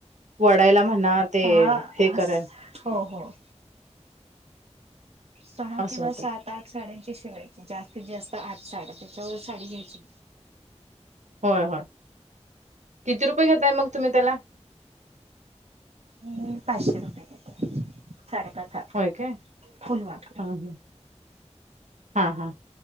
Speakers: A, on the right; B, on the right.
A: वडायला म्हणा ते
B: हा ह
A: हे कराय
B: हो हो हो. सहा
A: असं
B: किंवा
A: होतं
B: सात आठ साड्यांची शिवायची जास्तीत जास्त आठ साड्या त्याच्यावर साडी घ्यायची
A: होय होय किती रुपये घेताय, मग तुम्ही त्याला?
B: मी पाचशे रुपये घेते साडेपाच हात
A: होय, काय
B: फुल वाकड
A: हा हा हा हा हा.